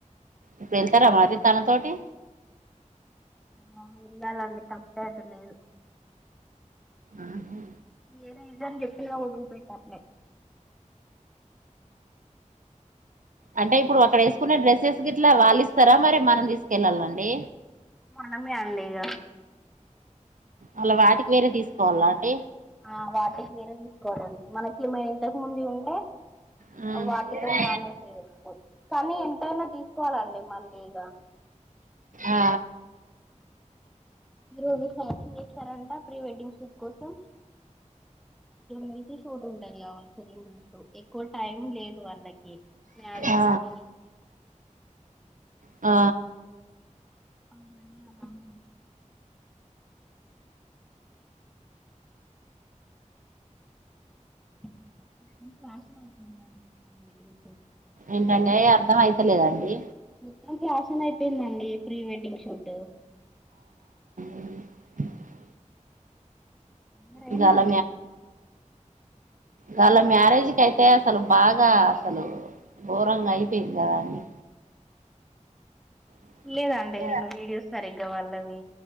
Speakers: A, on the right; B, in the centre.
A: ఇప్పుడు వెళ్తారా మరి తనతోటి
B: ఆ వెళ్ళాలండి తప్పే అది లేదు
A: ఆహా
B: ఏ నిజా ఎప్పటి ఊపోయిారులే
A: అంటే ఇప్పుడు అక్కడ వేసుకునే డ్రెస్సెస్ గ ఇట్లా వాళ్ళు ఇస్తారా మరి మనం తీసుకెళ్ళాలండి
B: మనమే అండిక ఈగ
A: అళ్లా వాటికి వేరే తీసుకోవాల అండి
B: ఆ వాటి చీరే తీసుకోవాలండి మనకి మ ఇంతకు ముందు ఉంటే
A: ఉమా
B: వాటితో మేనేజ్ చేయొచ్చు కానీ ఎంతైనా తీసుకోవాలండి మళ్ళీ ఇగ
A: ఆ
B: మీరుజు షాపింగ్ చేస్తారంట ప్రీ వెడ్డింగ్ షూట్ కోసంల్ నుంచి చూంటాయి కావచ్చ రెందు ఎక్కువ టైం లేదు వాళ్ళకి మారేజి
A: ఆ
B: <inaudible>
A: ఆ
B: <inaudible> <inaudible>
A: ఏంటంటే అర్థం అయితలేదండి
B: మొత్తం ఫ్యాషన్ అయిపోయిందండి ప్రీ వెడ్డింగ్ షూట్
A: <unintelligible>
B: మర
A: ఇవాళ
B: ఏనా అద
A: వాళ్ళ మ్యారేజ్కి అయితే అసలు బాగా అసలు ఘోరంగా అయిపోయింది కదా అండి <inaudible>
B: లేదండి నేను వీడియోస్ సరిగ్గా వాళ్ళవి